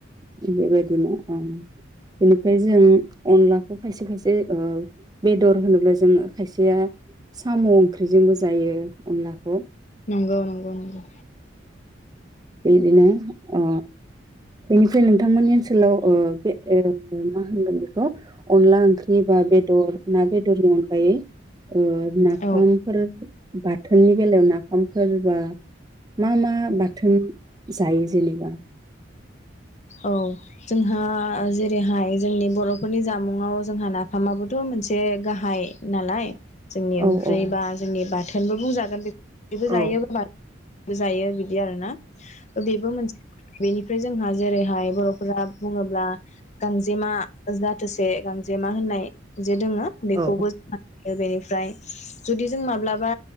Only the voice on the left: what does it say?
नंगौ नंगौ नंगौ
औ
औ जोंहा जेरैहाय जोंनि बर'फोरनि जामुंआव जोंहा नाफामाबोथ' मोनसे एसे गाहाय नालाय जोंनि ओंख्रि
बा जोंनि बा थोनबो बुंजागोन बे बेबो
जायो बा जायो बिदि आरो ना बेबो मोनसे बेनि ओमफ्राय जोंहा जेरैहाय बर'फोरा बुङोब्ला गांजेमा जाथोसे गांजेमा होननाय जे दोङो बेखौबो
<unintelligible> ओमफ्राय जुदि जों माब्लाबा